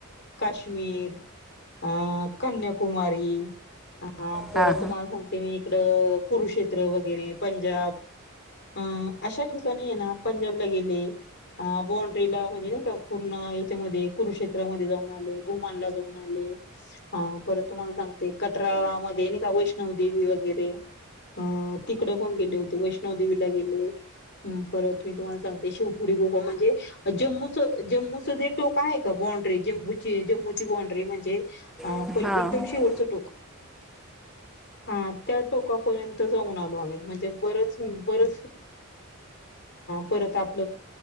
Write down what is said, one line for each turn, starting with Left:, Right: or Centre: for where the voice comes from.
Left: काश्मीर अ कन्याकुमारी हा परत
Centre: हां
Left: तुम्हाला सांगते मी इकडं कुरुक्षेत्र वगैरे पंजाब अं अशा ठिकाणी आहे ना पंजाबला गेले बाॉंड्रीला म्हणजे नाही का पूर्ण याच्यामध्ये कुरुक्षेत्रामध्ये जाऊन आले गोमानला जाऊन आले ह परत तुम्हाला सांगते कटरा म नाही का वैष्णव देेवी वगैरे ह तिकडे पण गेले होते वैष् वैष्ण दे गेले परत मी तुम्हाला सांते शिवुडी गो म्हणजे जम्म जम्मूे टोक आहे का बाॉ्ड्री जम्मूची जम्मूची बाॉ्ड्री म्हणजे हा
Centre: हां
Left: पहि
Centre: हां
Left: एकदम शेवटचं टोक हा त्या टोकापर्यंत जाऊन म्हण ब फ त आप